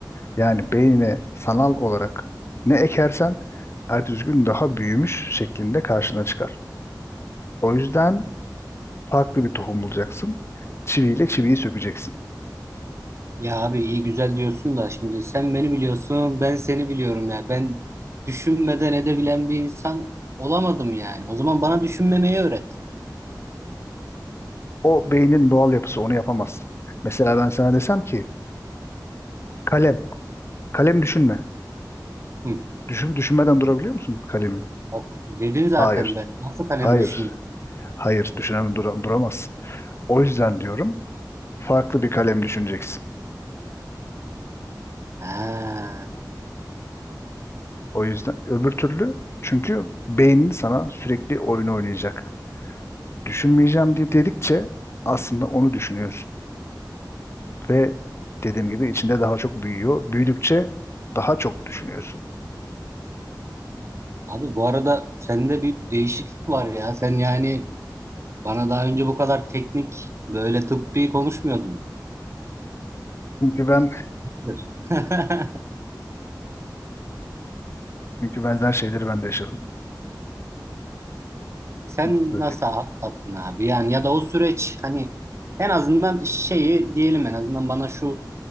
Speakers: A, on the left; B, on the right.
A: Yani beynine sanal olarak ne ekersen ertesi gün daha büyümüş şeklinde karşına çıkar. O yüzden farklı bir tohum bulacaksın. Çiviyle çiviyi sökeceksin.
B: Ya abi iyi güzel diyorsun da şimdi sen beni biliyorsun ben seni biliyorum ya. Ben düşünmeden edebilen bir insan olamadım yani. O zaman bana düşünmemeyi öğret.
A: O beynin doğal yapısı onu yapamazsın. Mesela ben sana desem ki kalem, kalem düşünme.
B: Hı.
A: Düşün, düşünmeden durabiliyor musun kalemi?
B: Ok, dedin zaten
A: Hayır,
B: ben. Nasıl kalemi
A: hayır,
B: düşün?
A: hayır düşünemem dura- duramazsın. O yüzden diyorum farklı bir kalem düşüneceksin.
B: Ha.
A: O yüzden öbür türlü çünkü beynin sana sürekli oyun oynayacak. Düşünmeyeceğim diye dedikçe aslında onu düşünüyorsun ve dediğim gibi içinde daha çok büyüyor. Büyüdükçe daha çok düşünüyorsun.
B: Abi bu arada sende bir değişiklik var ya. Sen yani bana daha önce bu kadar teknik böyle tıbbi konuşmuyordun.
A: Çünkü ben
B: Nedir? <laughs>
A: çünkü benzer şeyleri ben de yaşadım.
B: Sen
A: Nasıl söyleyeyim?
B: nasıl atlattın abi? Yani ya da o süreç hani en azından şeyi diyelim en azından bana şu